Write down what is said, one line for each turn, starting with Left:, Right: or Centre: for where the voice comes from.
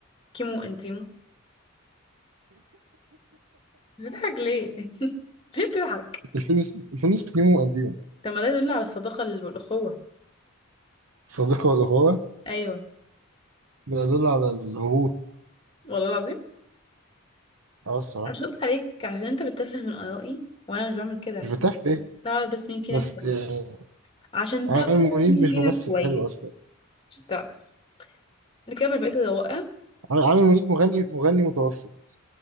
Left: كيمو انتيمو بتضحك ليه؟ <laughs> ليه بتضحك؟
Right: الفيلم اسمه الفيلم اسمه نيمو وقديمه
Left: طب ما ده يدل على الصداقة والأخوة
Right: صديقه والغاوة
Left: أيوه
Right: ده يدل على الهبوط
Left: والله العظيم
Right: اه الصراحة
Left: اشوط عليك عشان انت بتتفه من آرائي وانا مش بعمل كده
Right: مش
Left: عشان
Right: بتعرف ايه
Left: تعرف بس مين فينا
Right: بس
Left: كويس
Right: يعني
Left: عشان
Right: عامر
Left: تعرف
Right: منيب
Left: مين
Right: مش
Left: فينا
Right: ممثل
Left: كويس
Right: حلو اصلا
Left: مش تعرف نكمل بقية الروائع
Right: عامر عامر منيب مغني مغني متوسط